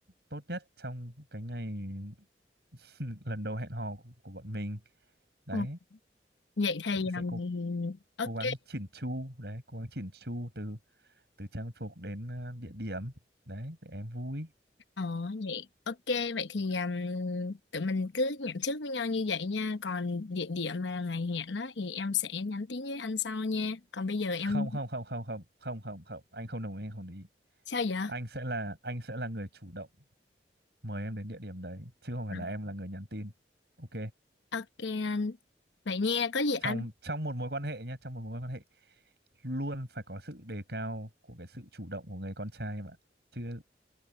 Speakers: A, on the right (about 65°); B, on the left (about 80°).
A: tốt nhất trong cái ngày <laughs> lần đầu hẹn hò của, của bọn mình đấy
B: Ờ, vậy thì
A: sẽ sẽ
B: um,
A: cố
B: ok
A: cố gắng chỉn chu đấy cố gắng chỉn chu từ từ trang phục đến ờ, địa điểm đấy để em vui
B: ờ vậy ok vậy thì um, tụi mình cứ hẹn trước với nhau như vậy nha còn địa điểm và ngày hẹn đó thì em sẽ nhắn tin với anh sau nha còn bây giờ em
A: không không không không không không không không anh không đồng ý anh không đồng ý
B: sao vậy
A: anh sẽ là anh sẽ là người chủ động mời em đến địa điểm đấy chứ không phải
B: Ờ,
A: là em là người nhắn tin ok
B: ok anh vậy nha có gì anh
A: trong trong một mối quan hệ nhé trong một mối quan hệ luôn phải có sự đề cao của cái sự chủ động của người con trai em ạ chứ